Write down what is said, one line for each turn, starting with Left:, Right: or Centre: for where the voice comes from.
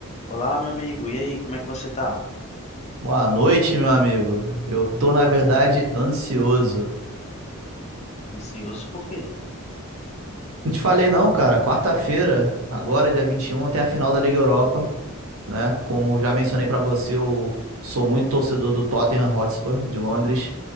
Left: Olá, meu amigo. E aí, como é que você tá?
Right: Boa noite, meu amigo. Eu tô, na verdade, ansioso.
Left: Ansioso por quê?
Right: Não te falei não, cara. Quarta-feira, agora, dia 21, tem a final da Liga Europa, né? Como já mencionei pra você, eu sou muito torcedor do Tottenham Hotspur de Londres.